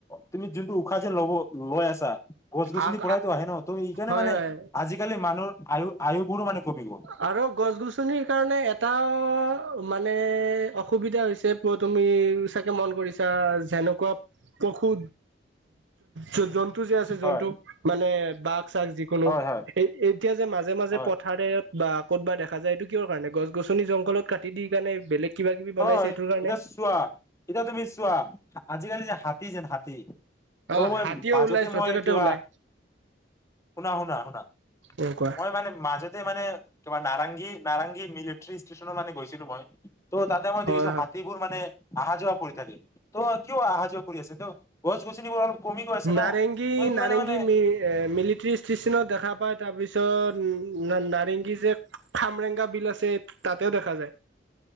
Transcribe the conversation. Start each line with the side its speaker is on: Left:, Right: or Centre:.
Left: তুমি যোনটো উশাহ যেন লব লৈ আছা গছ-গছনিৰ
Right: আগ
Left: পৰাইটো আহে ন' তুমি সেইকাৰণে
Right: হয়
Left: মানে
Right: হয়
Left: আজিকালি মানুহৰ আয়ু-আয়ুবোৰ মানে কমি গ'ল
Right: আৰু গছ-গছনিৰ কাৰণে এটা মানে অসুবিধা হৈছে প' তুমি চাগে মন কৰিছা যেনেকুৱা পশু জ জন টো যে আছে
Left: হয়
Right: জন্তু মানে বাক চাক যিকোনো,
Left: হয় হয়
Right: এই এতিয়া যে মাজে মাজে
Left: হয়
Right: পথাৰেত ক'ত বা দেখা যায় এইটো কিয়ৰ কাৰণে গছ গছনি জংঘলত কাটি দি কাৰণে বেলেগ কিবা কিবি
Left: হয়
Right: বনাইছে এইটোৰ কাৰণে
Left: এতিয়া চোৱা, এতিয়া তুমি চোৱা, আজিকালি যে হাতী হাতী যে হাতী ত'
Right: অ
Left: মই
Right: হাতীও
Left: মাজতে
Right: ওলাই য'তে
Left: মই
Right: ত'তে
Left: কিবা,
Right: ওলাই
Left: শুনা শুনা শুনা,
Right: এনেকুৱা
Left: মই মানে মাজতে মানে তোমাৰ নাৰংগী, নাৰংগী মিলিটাৰী ষ্টেচনৰ মানে গৈছিলো মই। ত' তাতে মই
Right: হয়
Left: দেখিছো
Right: হয়
Left: হাতীবোৰ মানে অহা যোৱা কৰি থাকে, ত কিয় অহা যোৱা কৰি আছে, তো গছ গছনিবোৰ অলপ কমি গৈ আছে
Right: নাৰেংগী
Left: ন ত সেইটো
Right: নাৰেংগী
Left: কাৰণে মানে
Right: মিল মিলিটাৰী ষ্টেশচনত দেখা পায় তাৰ পিছত নাৰেংগী যে খামৰেংগা বিল আছে তাতেও দেখা যায়।